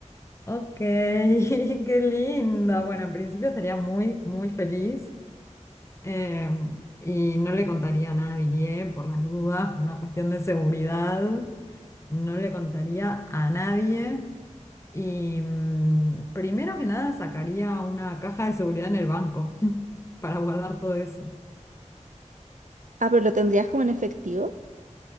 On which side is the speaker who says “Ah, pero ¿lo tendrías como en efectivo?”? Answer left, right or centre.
Right